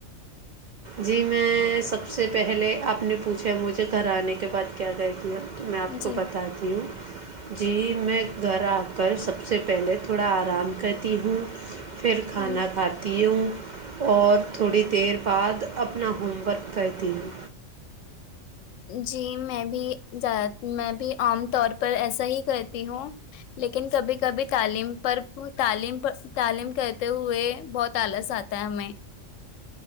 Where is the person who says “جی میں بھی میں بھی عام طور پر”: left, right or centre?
Left